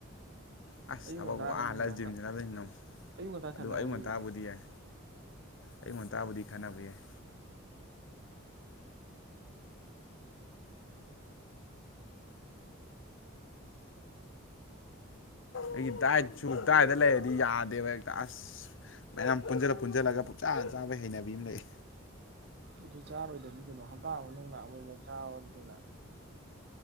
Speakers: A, on the left; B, on the right.
A: ꯑꯁ
B: ꯑꯌꯨꯛ
A: ꯊꯕꯛ
B: ꯉꯟꯇꯥꯔ
A: ꯋꯥꯅ ꯍꯟꯂꯛꯑꯒ
B: ꯅꯨꯃꯤꯗꯥꯡꯂ
A: ꯖꯤꯝ ꯁꯥꯟꯅꯕ ꯉꯝꯃꯣꯢ
B: ꯑꯌꯨꯛ ꯉꯟꯇꯥ
A: ꯑꯗꯨ
B: ꯁꯥꯟꯅꯧ
A: ꯑꯌꯨꯛ
B: ꯑꯗꯨꯏꯗꯨꯅ
A: ꯉꯟꯇꯥꯕꯨꯗꯤ ꯌꯥꯏ ꯑꯉꯨꯛ ꯉꯥꯟꯇꯕꯨꯗꯤ ꯈꯟꯅꯕ ꯌꯥꯏ ꯑꯩꯒꯤ ꯗꯥꯏꯠꯁꯨ ꯗꯥꯏꯗ ꯂꯩꯔꯗꯤ ꯌꯥꯗꯦꯕ ꯍꯦꯛꯇ ꯑꯁ ꯃꯌꯥꯝ ꯄꯨꯟꯁꯤꯜꯂ ꯄꯨꯟꯁꯤꯜꯂꯒ ꯄꯨꯨꯡꯆꯥꯗ ꯆꯥꯕ ꯍꯩꯅꯕꯤ ꯑꯃ ꯂꯩ
B: ꯑꯗꯨ ꯆꯥꯔꯣꯏꯗꯕꯅꯤ ꯀꯩꯅꯣ ꯍꯞꯇꯥ ꯑꯃꯒꯤ ꯃꯅꯨꯡꯅ ꯑꯃꯨꯃꯛ ꯆꯕꯥ ꯅꯠꯇꯅ